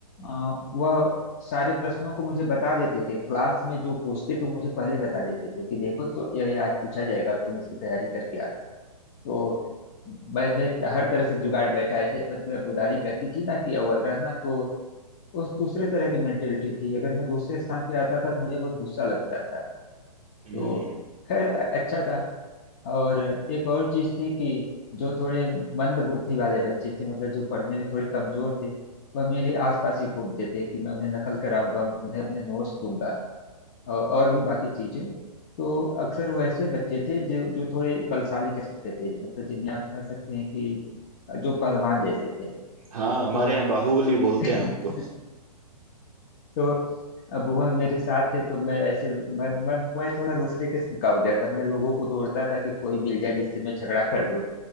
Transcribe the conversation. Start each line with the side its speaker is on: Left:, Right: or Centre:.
Left: अ, वह सारे प्रश्नों को मुझे बता देते थे क्लास में जो पूछते थे मुझे पहले बता देते थे कि देखो तो यही आज पूछा जाएगा और तुम इसकी तैयारी करके आना तो मैंने हर तरह से जुगाड़ बैठाए थे मतलब वो दादी कहती थी ना कि अव्वल रहना तो उस दूसरे तरह की मेंटेलिटी थी अगर मैं दूसरे स्थान पे आता था तो मुझे बहुत गुस्सा लगता था
Right: हम्म
Left: तो खैर अ- अच्छा था और एक और चीज थी कि जो थोड़े मंद बुद्धि वाले बच्चे थे मतलब जो पढ़ने में थोड़े कमजोर थे वह मेरे आसपास ही घूमते थे कि मैं उन्हें नकल कराऊंगा उन्हें अपने नोट्स दूंगा और, और भी बाकी चीजें तो अक्सर वैसे बच्चे थे जो जो थोड़े बलशाली किस्म के थे मतलब जिन्हें आप कह सकते हैं कि जो पहलवान जैसे थे
Right: हाँ
Left: तो
Right: हमारे यहाँ बाहुबली बोलते
Left: <laughs>
Right: हैं उनको
Left: तो अब वह मेरे साथ थे तो मैं ऐसे मैं मैं, मैं थोड़ा दूसरे किस्म का हो गया था मैं लोगों को दौड़ता था कि कोई मिल जाए जिससे मैं झगड़ा कर लूं